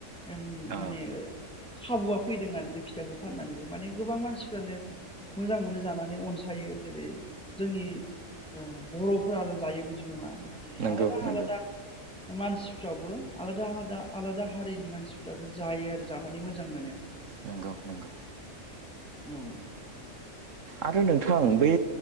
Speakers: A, in the centre; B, on the right (about 70°).
A: ओम माने
B: औ
A: खाबुआ फैदों आरो बे फिथाखौ फाननानैबो माने गोबां मानसिफ्रानो मोजां मोनो जानानै अनसायो जेरै जोंनि ओ बर'फोराल' जायो बिदि नङा माने
B: नंगौ
A: आलादा
B: नंगौ
A: आलादा मानसिफ्रावबो आलादा आलादा आलादा हारिनि मानसिफ्राबो जायो आरो जानानै मोजां मोनो।
B: नंगौ नंगौ
A: औ
B: आरो नोंथां बै